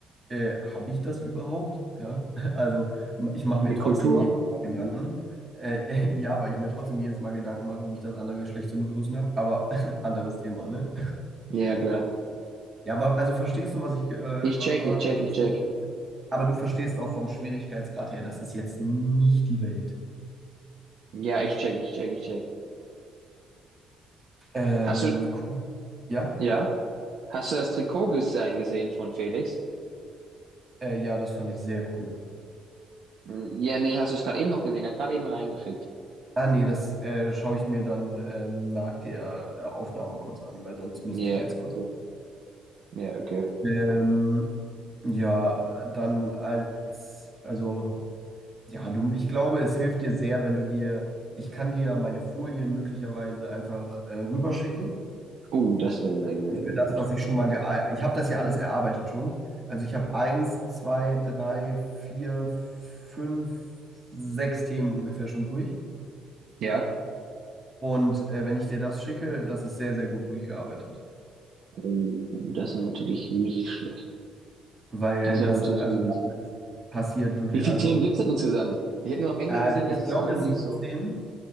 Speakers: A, on the right; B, on the right.
A: äh, habe ich das überhaupt? Ja, <laughs> also ich mache mir
B: Die
A: trotzdem
B: Kultur?
A: jedes Mal Gedanken. Äh, <laughs> ja, weil ich mir trotzdem jedes Mal Gedanken mache, wie ich das andere Geschlecht zu begrüßen habe, aber <laughs> anderes Thema, ne?
B: Ja, klar.
A: Ja, aber also verstehst du, was ich. Äh, was
B: Ich check, ich check, ich
A: das-
B: check.
A: aber du verstehst auch vom Schwierigkeitsgrad her, das ist jetzt nicht die Welt.
B: Ja, ich check, ich check, ich check.
A: Ähm,
B: Hast du,
A: cool. ja,
B: ja, hast du das Trikotdesign gesehen gesehen von Felix?
A: äh, ja, das fand ich sehr cool.
B: Ja, nee, hast du es gerade eben noch gesehen? Er hat gerade eben reingeschickt.
A: Ah, nee, das äh, schaue ich mir dann ähm, nach der äh, Aufnahme kurz an, weil sonst müsste
B: Ja,
A: ich jetzt kurz.
B: okay. Ja, okay.
A: Ähm, ja, äh, dann als Also, ja, du, ich glaube, es hilft dir sehr, wenn du dir, ich kann dir ja meine Folien möglicherweise einfach äh, rüberschicken.
B: Oh, das wäre sehr, sehr,
A: Und Für
B: sehr
A: das,
B: gut.
A: was ich schon mal, gea- ich habe das ja alles erarbeitet schon. Also ich habe eins, zwei, drei, vier, fünf, sechs Themen ungefähr schon durch.
B: Ja.
A: Und äh, wenn ich dir das schicke, das ist sehr, sehr gut durchgearbeitet.
B: Oh, das wäre natürlich nicht schlecht.
A: Weil
B: Das wäre
A: das
B: natürlich
A: ist, also
B: nicht.
A: damit passiert wirklich,
B: Wie viele
A: also
B: Themen gibt es denn insgesamt? Ich habe nur am Ende
A: äh,
B: gesehen, dass
A: ich
B: es
A: glaube
B: irgendwie
A: 17.
B: so